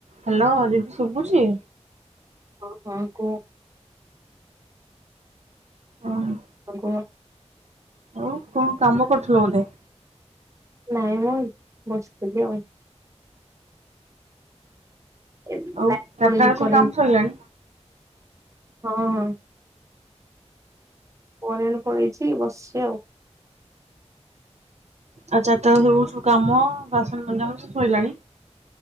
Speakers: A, on the right; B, on the right.
A: Hello ଦିଦି ଶୁଭୁଚି?
B: ଓ ହଁ କୁହ?
A: ହଁ।
B: କୁହ?
A: ଆଉ କଣ କାମ କରୁଥିଲ ବୋଧେ?
B: ନାଇଁ ମୁଁ ବସିଥିଲି ଆଉ। ଏ
A: ଆଉ
B: ଲାଇନ୍
A: ଚାରିଟା
B: ପଳେଇ
A: ବେଳେ ସବୁ
B: କରେଣ୍ଟ।
A: କାମ ସରିଲାଣି
B: ହଁ ହଁ। କରେଣ୍ଟ ପଳେଇଛି ବସିଚି ଆଉ।
A: ଆଉ ଚାରିଟା ବେଳକୁ ସବୁ କାମ ବାସନ ମଜା ମଜି ଶଇଲାଣି।